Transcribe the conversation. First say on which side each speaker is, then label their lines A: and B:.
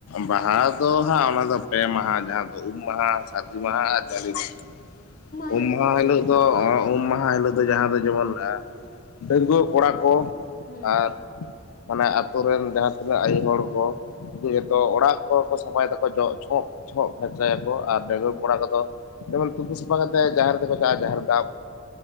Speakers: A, on the left; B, on the left.
A: ᱵᱟᱦᱟ ᱫᱚ ᱦᱟᱸᱜ ᱚᱱᱟ ᱫᱚ ᱯᱮ ᱢᱟᱦᱟ ᱡᱟᱦᱟ ᱫᱚ ᱩᱢ ᱢᱟᱦᱟ, ᱥᱟᱹᱨᱫᱤ
B: ᱦᱮᱸ
A: ᱢᱟᱦᱟ, ᱟᱨ ᱡᱟᱞᱮ ᱢᱟᱦᱟ ᱩᱢ
B: ᱦᱤᱞᱳᱜ
A: ᱢᱟᱦᱟ
B: ᱫᱚ ᱛᱟᱦᱞᱮ
A: ᱦᱤᱞᱳᱜ
B: ᱪᱮᱫ ᱯᱮ
A: ᱫᱚ,
B: ᱪᱤᱠᱟᱹᱭᱟ
A: ᱩᱢ ᱢᱟᱦᱟ ᱦᱤᱞᱳᱜ ᱟᱫᱚ ᱡᱟᱦᱟᱸ ᱫᱚ ᱡᱮᱢᱚᱱ ᱟ ᱰᱟᱺᱜᱣᱟᱹ ᱠᱚᱲᱟ ᱠᱚ
B: ᱦᱮᱸ
A: ᱟᱨ ᱢᱟᱱᱮ ᱟᱛᱳ ᱨᱮᱱ ᱡᱟᱦᱟᱸ ᱛᱤᱱᱟᱹᱜ ᱟᱭᱩ ᱦᱚᱲ ᱠᱚ ᱩᱱᱠᱩ ᱡᱚᱛᱚ
B: ᱦᱮᱸ
A: ᱚᱲᱟᱜ ᱠᱚ ᱥᱟᱯᱷᱟᱭ ᱫᱟᱠᱚ ᱡᱚ ᱪᱷᱚᱜ ᱪᱷᱚᱜ ᱯᱷᱟᱨᱪᱟᱭᱟ ᱠᱚ ᱟᱨ ᱰᱟᱜᱣᱟᱹ
B: ᱦᱮᱸ
A: ᱠᱚᱲᱟ ᱠᱚᱫᱚ ᱡᱮᱢᱚᱱ ᱛᱩᱯᱩ ᱥᱟᱯᱷᱟ ᱚᱱᱠᱟ ᱠᱟᱛᱮ ᱡᱟᱦᱮᱟᱨ ᱛᱮᱠᱚ ᱪᱷᱟᱜᱼᱟ ᱡᱟᱦᱮᱟᱨ ᱫᱟᱵ